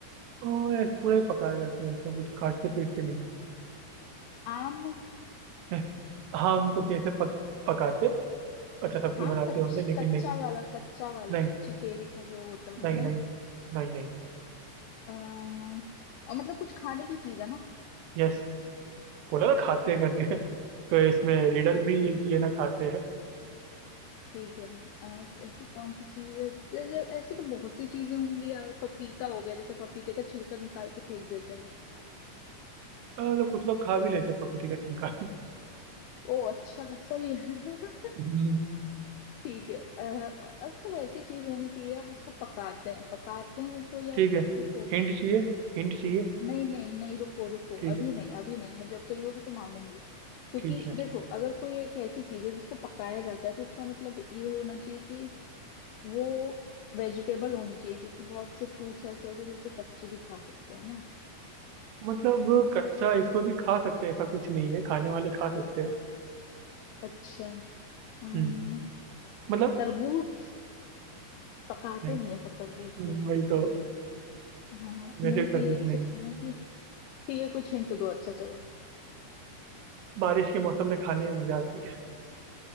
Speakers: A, on the right; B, on the left.
A: और पूरा ही पकाया जाता है ऐसा कुछ काटते पीटते नहीं
B: आम
A: है <laughs> हाँ उनको कैसे पक, पकाते अच्छा सब्जी
B: हाँ
A: बनाते
B: कच्ची
A: होंगे लेकिन
B: कच्चा
A: नहीं
B: वाला कच्चा वाला
A: नहीं
B: कच्ची केरी का जो होता है वो
A: नहीं
B: नहीं
A: नहीं नहीं नहीं नहीं
B: आ, और मतलब कुछ खाने की चीज है ना
A: यस बोला ना खाते
B: ठीक है
A: हैं करके <laughs> तो इसमें रिडल
B: ओके
A: भी ये कि ये ना खाते हैं
B: ठीक है आ, ऐसी कौन सी चीज है जैसे ऐसे तो बहुत सी चीजें होंगी यार पपीता हो गया जैसे पपीते का छिलका निकाल के फेंक देते हैं
A: हाँ, मतलब कुछ लोग खा भी लेते हैं पपीते का छिलका
B: ओ अच्छा सॉरी <laughs>
A: <laughs>
B: ठीक है अ, अब तो ऐसी चीज होनी चाहिए यार जिसको पकाते हैं पकाते हैं तो यार
A: ठीक है
B: देखो
A: हिंट चाहिए हिंट चाहिए
B: नहीं नहीं नहीं रुको रुको
A: ठीक
B: अभी
A: है
B: नहीं अभी नहीं मैं जब चाहिए होगी तो मांगूंगी क्योंकि
A: ठीक है
B: देखो अगर कोई एक ऐसी चीज है जिसको पकाया जाता है तो उसका मतलब ये होना चाहिए वो वेजिटेबल होनी चाहिए क्योंकि बहुत से फ्रूट्स ऐसे होते हैं जिसको कच्चे भी खा सकते हैं ना
A: मतलब कच्चा
B: अ-
A: इसको भी खा सकते हैं ऐसा कुछ नहीं है खाने वाले खा सकते हैं
B: अच्छा अम,
A: हम्म, मतलब
B: तरबूज पकाते
A: नहीं
B: नहीं है पर तरबूज को
A: हम्म,
B: यार
A: वही तो
B: हाँ हाँ,
A: वैसे
B: मेरे को
A: तरबूज
B: ये भी सोचना
A: नहीं है
B: है कि ठीक है कुछ हिंट दो अच्छा चलो
A: बारिश के मौसम में खाने में मजा आती है